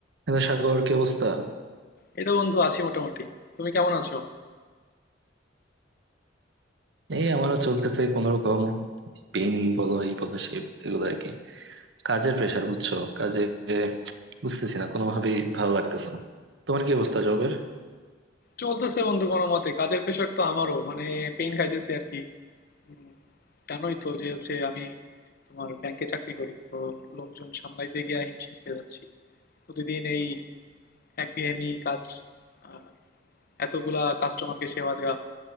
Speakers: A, on the right (about 65°); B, on the left (about 55°).
A: Hello Sagar কি অবস্থা
B: এই তো বন্ধু আছি মোটামুটি তুমি কেমন আছো
A: এই আমারও চলতেছে কোন রকম পেন বলো এই বলো সে এগুলো আর কি কাজের প্রেশার বুঝছো কাজে বুঝতেছি না কোনোভাবেই ভালো লাগতেছে না তোমার কি অবস্থা জবের
B: চলতেছে বন্ধু কোনো মতে কাজের প্রেশার তো আমারও মানে পেন খাইতেছি আর কি উম, জানোই তো যে হচ্ছে আমি তোমার ব্যাংকে চাকরি করি তো লোকজন সামলাইতে গিয়ে হিমশিম খেয়ে যাচ্ছি প্রতিদিন এই একঘেয়েমি কাজ আর এতগুলা কাস্টমারকে সেবা দেওয়া